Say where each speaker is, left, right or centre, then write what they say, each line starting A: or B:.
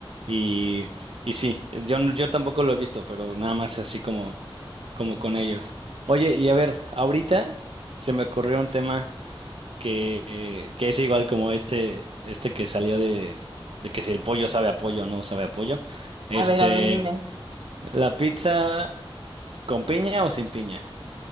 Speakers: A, on the right; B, on the right.
A: Y, y sí, es- yo, no- yo tampoco lo he visto, pero nada más así como como con ellos. Oye, y a ver, ahorita se me ocurrió un tema que, eh, que es igual como este, este que salió de, de que si el pollo sabe a pollo o no sabe a pollo. Este,
B: A ver, a ver, dime.
A: ¿la pizza con piña o sin piña?